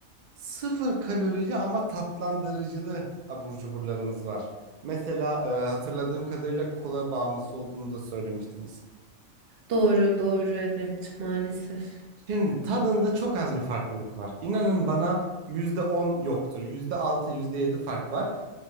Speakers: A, on the right; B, on the right.
A: sıfır kalorili ama tatlandırıcılı abur cuburlarımız var. Mesela e, hatırladığım kadarıyla kola bağımlısı olduğunu da söylemiştiniz.
B: Doğru, doğru, evet maalesef.
A: Şimdi tadında çok az bir farklılık var. İnanın bana %10 yoktur. yüzde altı yüzde yedi fark var.